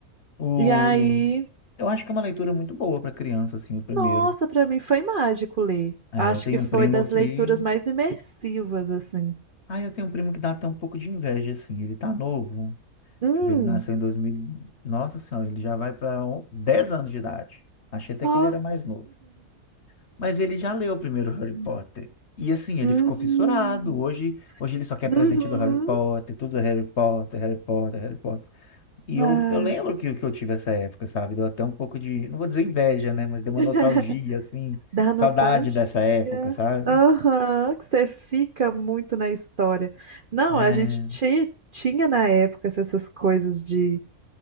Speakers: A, on the left; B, on the right.
A: o...
B: E aí,
A: eu acho que é uma leitura muito boa para criança, assim, o primeiro.
B: nossa, pra mim foi mágico ler.
A: É,
B: Acho
A: eu tenho
B: que foi
A: um primo
B: das
A: que
B: leituras mais imersivas, assim.
A: Ah, eu tenho um primo que dá até um pouco de inveja, assim. Ele tá novo.
B: Hum.
A: Deixa eu ver, ele nasceu em 2000. Nossa Senhora, ele já vai para 10 anos de idade. Achei até
B: Ó.
A: que ele era mais novo. Mas ele já leu o primeiro Harry
B: <laughs>
A: Potter. E assim, ele
B: Hum.
A: ficou fissurado. Hoje, hoje ele só quer
B: Uhum.
A: presente do Harry Potter, tudo é Harry Potter, Harry Potter, Harry Potter. E
B: Ah.
A: eu, eu lembro que, que eu tive essa época, sabe? Deu até um pouco de, não vou dizer inveja, né? Mas deu uma
B: <laughs>
A: nostalgia, assim,
B: Dá
A: saudade
B: nostalgia.
A: dessa época, sabe?
B: Aham, que você fica muito na história. Não,
A: É,
B: a gente ti- tinha na época essas coisas de